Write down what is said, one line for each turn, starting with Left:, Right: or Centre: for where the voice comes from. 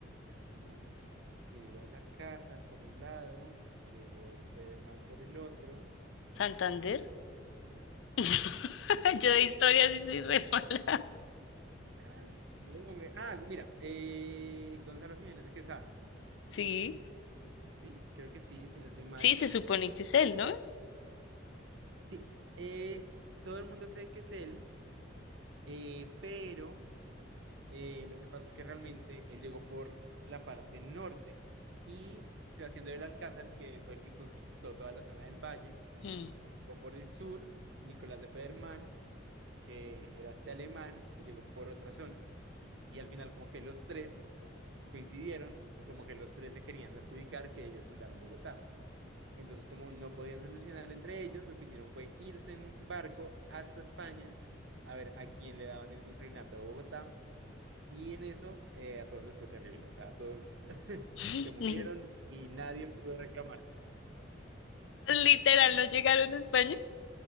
Right: No, porque llegó el Alcázar por un lado, llegó Federman por el otro,
Left: Santander.
Right: no,
Left: <laughs>
Right: y...
Left: Yo de historia sí soy re mala.
Right: <gasps> ¡Ah! No, me- Ah, mira, eh, Gonzalo Jiménez de Quesada,
Left: Sí,
Right: ¿sí? Creo que sí, si no estoy mal.
Left: sí, se supone que es él, ¿no?
Right: Sí, eh, todo el mundo cree que es él, eh, pero eh, lo que pasa es que realmente él llegó por la parte norte y Sebastián del Alcázar, que fue el que conquistó toda la zona del valle,
Left: Mm.
Right: que llegó por el sur, y Nicolás de Federman. que era este alemán, él llegó por otra zona. Y, y al final como que los tres coincidieron y como que los tres se querían adjudicar que ellos fundaron Bogotá. Entonces como no podían solucionar entre ellos, lo que hicieron fue irse en barco hasta España a ver a quién le daban el virreinato de Bogotá. Y en eso eh, a todos les fue terrible, o sea, a todos <laughs>
Left: <laughs>
Right: se murieron
Left: Ni-
Right: y nadie pudo reclamar.
Left: Literal, no llegaron a España